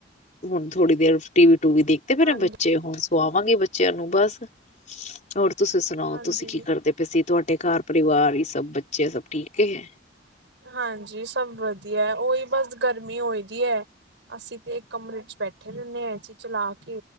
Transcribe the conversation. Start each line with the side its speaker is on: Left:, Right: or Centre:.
Left: ਹੁਣ ਥੋੜੀ ਦੇਰ ਟੀਵੀ ਟੂਵੀ ਦੇਖ ਤੇ ਫੇਰ
Right: ਹਾਂਜੀ,
Left: ਏ ਬੱਚੇ ਹੁਣ ਸੁਆਵਾਂਗੇ ਬੱਚਿਆਂ ਨੂੰ ਬਸ ਹੋਰ ਤੁਸੀਂ ਸੁਣਾਓ
Right: ਹਾਂਜੀ,
Left: ਤੁਸੀਂ ਕੀ ਕਰਦੇ <unintelligible> ਤੁਹਾਡੇ ਘਰ ਪਰਿਵਾਰ ਹੀ ਸਭ ਬੱਚੇ ਸਭ ਠੀਕ ਹੈ।
Right: ਹਾਂਜੀ ਸਭ ਵਧੀਆ ਉਹੀ ਬਸ ਗਰਮੀ ਹੋਈ ਦੀ ਹੈ। ਅਸੀਂ ਤੇ ਕਮਰੇ ਚ ਬੈਠੇ ਰਹਿੰਦੇ ਹਾਂ ਐਸੀ ਚਲਾ ਕੇ।